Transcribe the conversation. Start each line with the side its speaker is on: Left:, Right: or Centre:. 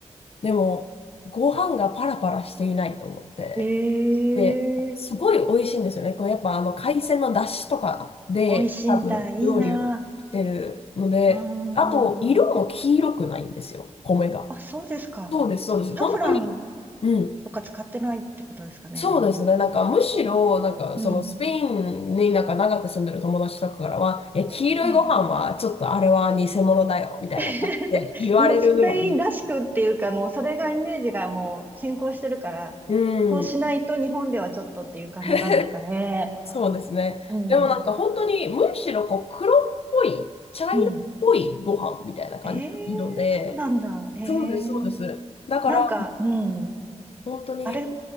Left: でも、ご飯がパラパラしていないと思って。
Right: ん。
Left: で、すごい美味しいんですよね。
Right: ええ
Left: これやっぱあの海鮮の出汁とかで多分料理をしてるので、
Right: 美味しいんだ、いいな。うーん。
Left: あと色も黄色くないんですよ、米が。
Right: あ、そうですか。
Left: そうです、そうです。
Right: サフラン
Left: 本当に。うん。
Right: とか使ってないってことですかね、
Left: そうですね。
Right: あんま。
Left: なんかむしろ、なんかそのスペインになんか長く住んでる友達とかからは、
Right: うん。
Left: え、黄色いご飯はちょっとあれは偽物だよ、
Right: ええ。
Left: みたいな感じで言われるぐらい。
Right: <laughs> もうスペインらしくっていうか、もうそれがイメージがもう先行してるから、
Left: う
Right: そうしないと日本ではちょっとっていう感じなんですかね。
Left: ん。<laughs> そうですね。
Right: うん。
Left: でもなんか本当にむしろこう黒っぽい、茶色っぽいご飯みたいな感じの色で、
Right: うん。ええそうなんだ。ええ
Left: そうです、そうです。だから、
Right: なんか、うん。
Left: 本当に、
Right: あれ、